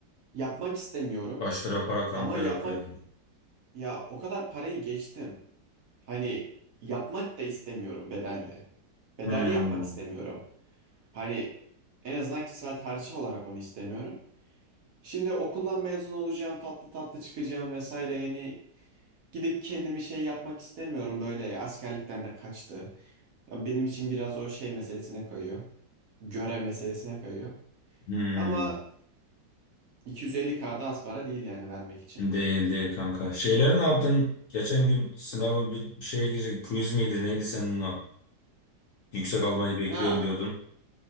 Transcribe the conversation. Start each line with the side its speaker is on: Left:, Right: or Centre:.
Right: yapmak istemiyorum.
Left: Başlara para kanka
Right: Ama yapmak
Left: yok ya.
Right: ya o kadar parayı geçtim. Hani yapmak da istemiyorum bedelli. Bedelli
Left: Hmm.
Right: yapmak istemiyorum. Hani en azından kişisel tercih olarak onu istemiyorum. Şimdi okuldan mezun olacağım, tatlı tatlı çıkacağım vesaire. Yani gidip kendimi şey yapmak istemiyorum böyle askerlikten de kaçtı. Ya Benim için biraz o şey meselesine kayıyor. Görev meselesine kayıyor.
Left: Hmm.
Right: Ama 250K'da az para değil yani vermek için.
Left: Değil değil kanka. Şeyleri ne yaptın? Geçen gün sınavın bir bir şeye girecek. Quiz miydi? Neydi senin o? Yüksek almayı bekliyorum
Right: Ha
Left: diyordun.